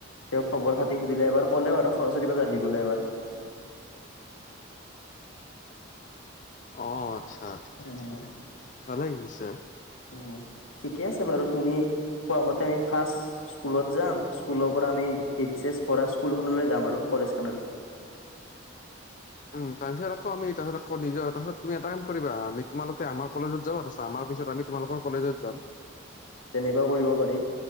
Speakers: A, on the left (about 80°); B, on the left (about 40°).
A: তেওক খবৰ খাতি সুধিলে এবাৰ ক'লেও আৰু সৰস্বতী প আহিব। গ'লে এবাৰ
B: অ, আচ্ছা ঠিকে
A: উম
B: - ঠিকে ভালে লাগিছে।
A: উম ঠিকে আছে বাৰু তুমি কোৱা মতে ত, আমি ফাৰ্ষ স্কুলত যাম স্কুলৰ পৰা আমি এইচ এছ পঢ়া স্কুলখনলৈ যাম আৰু কলেজ খনলৈ <inaudible>
B: উম, তাৰপিছত আকৌ আমি তাৰিপিছত আকৌ নিজৰ তাৰপছত তুমি এটা কাম কৰিব আমি তোমালোকে আম কজত যাব তাৰপিত আমাৰ পিছত আমি তোমালোকৰ কলেজত যাম।
A: তেনেকুৱও কৰিব পাৰি